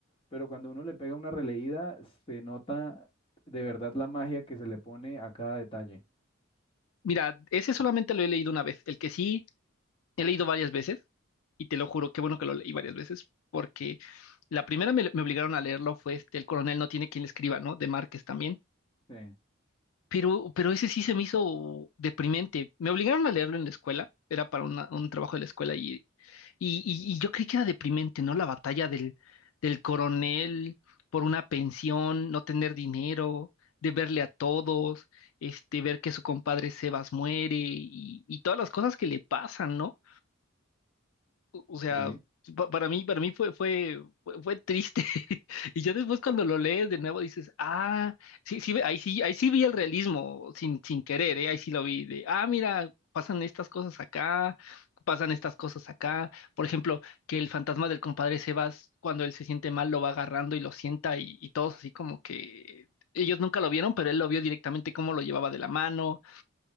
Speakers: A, on the left (about 25°); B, on the left (about 85°).
A: pero cuando uno le pega una releída, se nota de verdad la magia que se le pone a cada detalle.
B: Mira, ese solamente lo he leído una vez, el que sí he leído varias veces, y te lo juro, qué bueno que lo leí varias veces, porque la primera me, me obligaron a leerlo fue este, El coronel no tiene quien le escriba, ¿no? De Márquez también.
A: Sí.
B: Pero, pero ese sí se me hizo deprimente. Me obligaron a leerlo en la escuela, era para una- un trabajo de la escuela y, y, y- y yo creí que era deprimente, ¿no? La batalla del, del coronel por una pensión, no tener dinero, de verle a todos, este, ver que su compadre Sebas muere y, y todas las cosas que le pasan, ¿no? O sea,
A: Sí.
B: pa- para mí, para mí fue, fue, fue, fue triste. <laughs> Y ya después cuando lo lees de nuevo dices, ah, sí, sí, ve- ahí sí, ahí sí vi el realismo sin, sin querer, ¿eh? Ahí sí lo vi de, ah, mira, pasan estas cosas acá, pasan estas cosas acá. Por ejemplo, que el fantasma del compadre Sebas, cuando él se siente mal, lo va agarrando y lo sienta y, y todos así como que ellos nunca lo vieron, pero él lo vio directamente cómo lo llevaba de la mano.